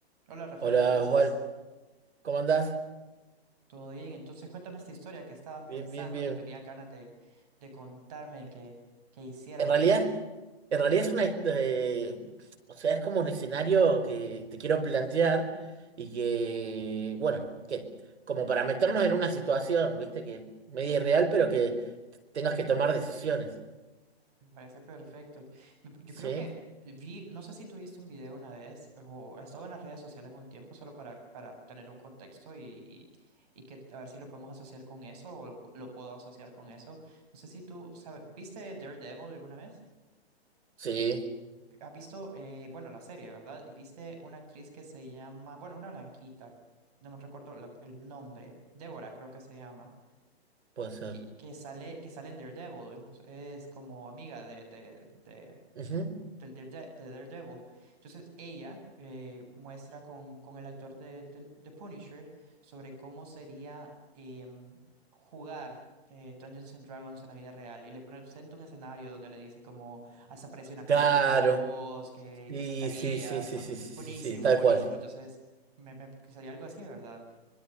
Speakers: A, on the right; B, on the right.
A: Hola Rafaela,
B: Hola
A: entonces,
B: Juan, ¿cómo andás?
A: ¿todo bien? Entonces, cuéntame esta historia que estabas pensando,
B: Bien, bien, bien.
A: que tenías ganas de, de contarme que, que hiciéramos.
B: En realidad, en realidad es una, eh, o sea, es como un escenario que te quiero plantear y que, bueno, que como para meternos en una situación, viste, que media irreal, pero que tengas que tomar decisiones.
A: Me parece perfecto. Me- Yo
B: ¿Sí?
A: creo que vi, no sé si tuviste un video una vez o estaba en las redes sociales un tiempo solo para, para tener un contexto y, y, y que a ver si lo podemos asociar con eso o lo puedo asociar con eso. No sé si tú, sabes, ¿viste Daredevil alguna vez?
B: Sí,
A: ¿Has visto, eh, bueno, la serie, ¿verdad? ¿Viste una actriz que se llama, bueno, una blanquita, no me recuerdo la- el nombre, Débora creo que se llama,
B: puede ser.
A: que, que sale, que sale en Daredevil, es, es como amiga de, de, de,
B: Ujú.
A: del Darede- de Daredevil. Entonces ella eh, muestra con, con el actor del del- de, Punisher sobre cómo sería em, jugar eh, Dungeons and Dragons en la vida real y le presenta un escenario donde le dice como hasta aparece una criatura
B: Claro.
A: en el bosque
B: Sí,
A: y te acercarías,
B: sí, sí, sí,
A: ¿no?
B: sí, sí,
A: Buenísimo,
B: sí, sí, tal
A: buenísimo.
B: cual.
A: Entonces me, me- sería algo así, ¿verdad?